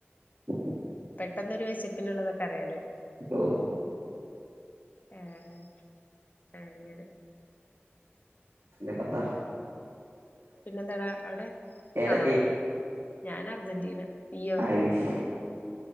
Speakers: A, on the right; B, on the left.
A: ഉ
B: പെട്ടെന്നൊരു വിശപ്പിനുള്ളള്ളതൊക്കെ അറിയാലേ
A: ഓ
B: ആഹ് അങ്ങനെ
A: പിന്നെ പത്ത
B: പിന്നെന്താടാ അവിടെ
A: ഏതാ
B: ആഹ ഞാൻ അർജന്റീന ഇയ്യോ
A: അയ്ഷ്